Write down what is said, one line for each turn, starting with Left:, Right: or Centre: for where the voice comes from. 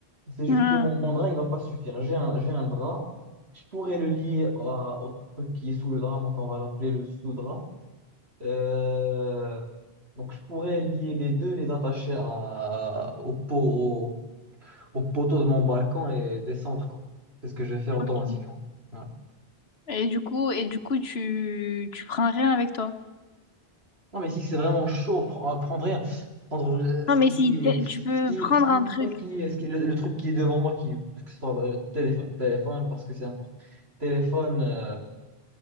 Right: C'est juste
Left: Hmm.
Right: que mon, mon drap, il va pas suffire. J'ai un, j'ai un drap. Je pourrais le lier à- au truc qui est sous le drap, donc on va l'appeler le sous-drap. Euh, donc, je pourrais lier les deux, les attacher à, au pot, au poteau de mon balcon et descendre, quoi. C'est ce que je vais faire
Left: Ok.
Right: automatiquement. Voilà.
Left: Et du coup, et du coup, tu, tu prends rien avec toi.
Right: Non, mais si c'est vraiment chaud, pre- euh, prendre rien. Prendre le- ce
Left: Non, mais
Right: qui
Left: si
Right: est,
Left: t- tu peux
Right: ce qui
Left: prendre
Right: est- ce qui,
Left: un truc.
Right: ouais, ce qui est- ce qui est- le, le truc qui est devant moi, qui, que ce soit euh, téléphone, téléphone, parce que c'est important. Téléphone, euh,